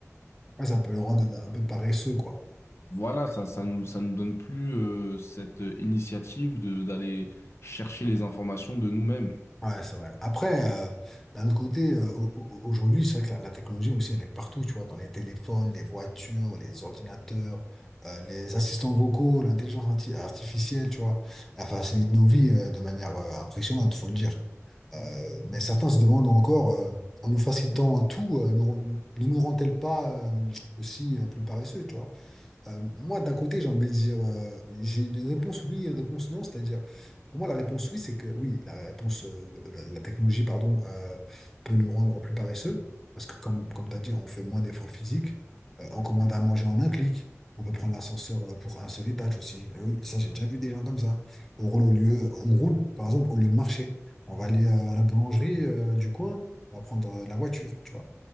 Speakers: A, in the centre; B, on the left (about 55°).
A: Ouais, ça peut le rendre un peu paresseux, quoi.
B: Voilà, ça, ça nous, ça nous donne plus euh, cette euh, initiative de d'aller chercher les informations de nous-mêmes.
A: Ouais, c'est vrai. Après, euh, d'un autre côté, euh, au- au- aujourd'hui, c'est vrai que la, la technologie aussi, elle est partout, tu vois, dans les téléphones, les voitures, les ordinateurs, euh, les assistants vocaux, l'intelligence arti- artificielle, tu vois, elle facilite nos vies euh, de manière euh, impressionnante, faut le dire. Euh, mais certains se demandent encore, euh, en nous facilitant tout, euh, nous ne nous rend-elle pas euh, aussi euh, plus paresseux, tu vois? Euh, moi, d'un côté, j'ai envie de dire, euh, j'ai une réponse oui et une réponse non, c'est-à-dire, pour moi, la réponse oui, c'est que oui, la réponse, euh, la, la technologie, pardon, euh, peut nous rendre plus paresseux, parce que comme, comme tu as dit, on fait moins d'efforts physiques, Euh, on commande à manger en un clic, on peut prendre l'ascenseur euh, pour un seul étage aussi. Eh oui, ça, j'ai déjà vu des gens comme ça. On roule au lieu, on roule, par exemple, au lieu de marcher. On va aller euh, à la boulangerie euh, du coin, on va prendre euh, la voiture, tu vois.